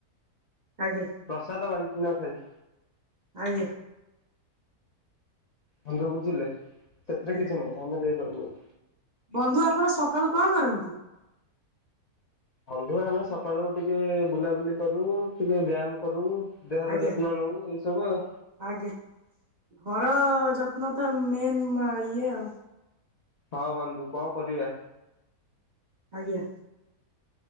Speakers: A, on the right; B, on the left.
A: ଆଜ୍ଞା।
B: ପ୍ରସାଦ ବାଣ୍ଟି ନ ଖାଇ।
A: ଆଜ୍ଞା।
B: ବନ୍ଧୁ ବୁଝିଲେ ସେଥିରେ
A: ଆଜ୍ଞା
B: କିଛି ନାହିଁ ଆମେ ଦେଇଦେବୁ ନେଇ।
A: ବନ୍ଧୁ ଆପଣ ସକାଳୁ କଣ କରନ୍ତି?
B: ବନ୍ଧୁ ଆମେ ସକାଳୁ ଟିକେ ବୁଲାବୁଲି କରୁ ଟିକେ ବ୍ୟାୟାମ କରୁ। ଦେହର
A: ଆଜ୍ଞା
B: ଯତ୍ନ ନଉ ଏଇସବୁ ଆଉ।
A: ଆଜ୍ଞା ଘର ଯତ୍ନ ତ ମେନ ମା ଇଏ ଆଉ।
B: ହଁ ବନ୍ଧୁ କଣ କରିବା?
A: ଆଜ୍ଞା।